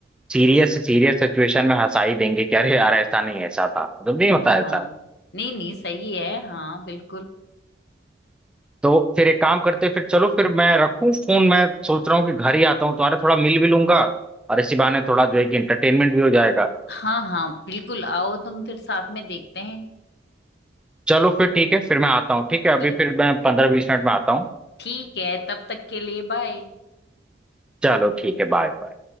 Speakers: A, in the centre; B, on the left.
A: सीरियस सीरियस सिचुएशन में हंसा ही देंगे कि अरे यार ऐसा नहीं ऐसा था मतलब नहीं होता ऐसा
B: हाँ नहीं नहीं सही है हाँ बिल्कुल
A: तो फिर एक काम करते हैं, फिर चलो फिर मैं रखूँ फोन मैं सोच रहा हूँ कि घर ही आता हूँ तुम्हारे थोड़ा मिल भी लूंगा और इसी बहाने थोड़ा जो है कि इंटरटेनमेंट भी हो जाएगा
B: हाँ हाँ बिल्कुल आओ तुम फिर साथ में देखते हैं
A: चलो फिर ठीक है फिर मैं आता हूँ ठीक है अभी
B: कि
A: फिर मैं पंद्रह बीस मिनट में आता हूँ
B: ठीक है तब तक के लिए बाय
A: चलो ठीक है बाय बाय